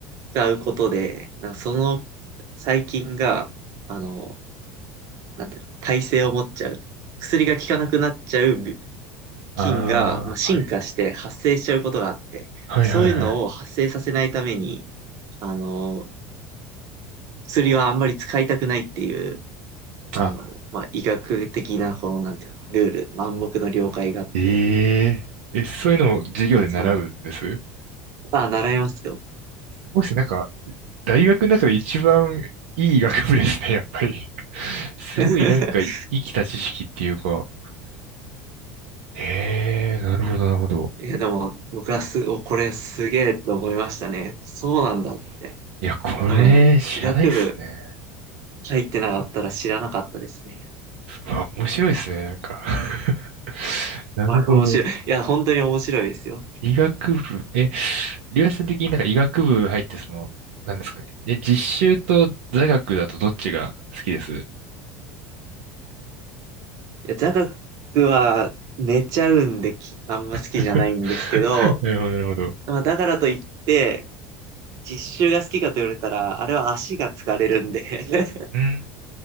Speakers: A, on the right; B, on the right.
A: 使うことで、なその細菌が、あの、なんていうの、耐性を持っちゃう。薬が効かなくなっちゃうび
B: あはい。
A: 菌が、まあ、進化して発生しちゃうことがあって、
B: はいはいはい。
A: そういうのを発生させないために、あの、薬はあんまり使いたくないっていう、あの、
B: あ、
A: まあ、医学的な、こう、なんていうの、ルール、暗黙の了解があって、
B: えええ、そういうのを授業で習うんです
A: そうなん、あ、習いますよ。
B: もしなんか、大学の中で一番いい学部ですね、やっぱり。<laughs> すごいなんか、
A: <laughs>
B: 生きた知識っていうか。ええなるほど、なるほど。
A: いや、でも、僕はす、お、これすげえと思いましたね。そうなんだって。
B: いや、これ、
A: 多分、
B: 知らないっすね。
A: 医学部入ってなかったら知らなかったですね。
B: うわ、面白いっすね、なんか。<laughs> なるほど。
A: まあ、面白い。いや、本当に面白いですよ。
B: 医学部、え、りゅうやさん的になんか医学部入ってその、なんですかね。え、実習と座学だとどっちが好きです
A: いや、座学は寝ちゃうんでき、あんま好きじゃないんですけど、
B: <laughs> なるほど、なるほど。う
A: まあ、だからといって、実習が好きかと言われたら、あれは足が疲れるんで <laughs>
B: ーん、